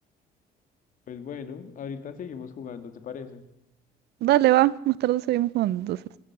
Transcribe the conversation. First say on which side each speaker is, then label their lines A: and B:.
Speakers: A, on the left; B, on the right.
A: Pues bueno, ahorita seguimos jugando, ¿te parece?
B: Dale, va. Más tarde seguimos jugando entonces.